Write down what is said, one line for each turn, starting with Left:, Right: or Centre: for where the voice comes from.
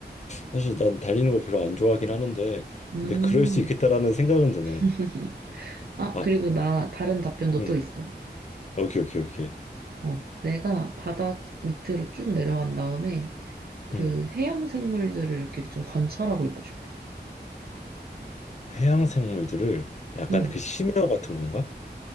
Left: 사실 난 달리는 걸 별로 안 좋아하긴 하는데,
Right: 음.
Left: 근데 그럴 수 있겠다라는 생각은 드네.
Right: <laughs> 아,
Left: 아,
Right: 그리고 나 다른 답변도
Left: 음,
Right: 또 있어.
Left: 오케이, 오케이, 오케이.
Right: 어, 내가 바다 밑으로 쭉 내려간 다음에 그
Left: 음,
Right: 해양 생물들을 이렇게 좀 관찰하고 있고 싶어.
Left: 해양 생물들을 약간
Right: 응.
Left: 그 심해어 같은 건가?